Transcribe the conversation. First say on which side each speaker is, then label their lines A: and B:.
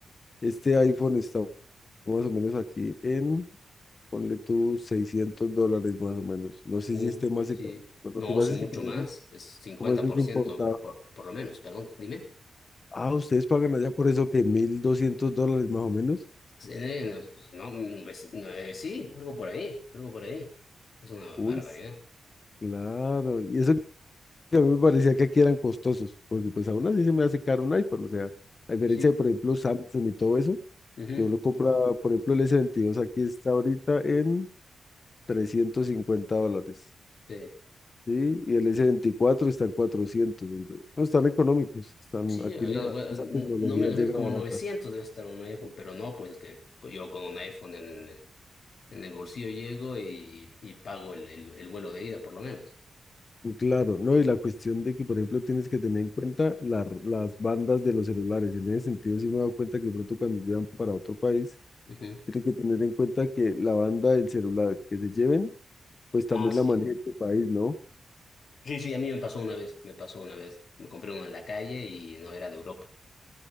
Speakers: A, on the left (about 35°); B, on the left (about 55°).
A: este iPhone está más o menos aquí en, ponle tú 600 dólares más o menos, no sé
B: Uh,
A: si esté más
B: sí.
A: económico, lo
B: No,
A: que pasa
B: sí, mucho
A: es que como
B: más.
A: eso es,
B: Es cincuenta
A: como eso
B: por
A: es importado,
B: ciento por, por lo menos, perdón, dime.
A: Ah, ustedes pagan allá por eso que 1.200 dólares más o menos.
B: Eh, no, pues, no, mm, pues, no, eh, sí, algo por ahí, algo por ahí. Es una
A: Uy,
B: barbaridad.
A: claro. Y eso que a mí me parecía que aquí eran costosos, porque pues aún así se me hace caro un iPhone. O sea, a diferencia
B: Sí.
A: de, por ejemplo, Samsung y todo eso,
B: Ujú,
A: que uno compra, por ejemplo, el S22 aquí está ahorita en 350 dólares.
B: Sí,
A: Sí, y el S24 está en 400. entonces, no, están económicos. Están,
B: sí,
A: aquí
B: había-
A: la,
B: bueno,
A: esa
B: no,
A: tecnología
B: no me lo
A: llega
B: como
A: barata.
B: 900 debe estar un iPhone, pero no, pues que yo con un iPhone en el, en el bolsillo llego y, y pago el, el, el vuelo de ida, por lo menos.
A: Claro, ¿no? Y la cuestión de que, por ejemplo, tienes que tener en cuenta la- las bandas de los celulares. En ese sentido, sí me he dado cuenta que pronto cuando llevan para otro país,
B: Ujú.
A: tienen que tener en cuenta que la banda del celular que se lleven, pues también
B: Ah, sí.
A: la maneja tu país, ¿no?
B: Sí, sí, a mí me pasó una vez, me pasó una vez. Me compré uno en la calle y no era de Europa.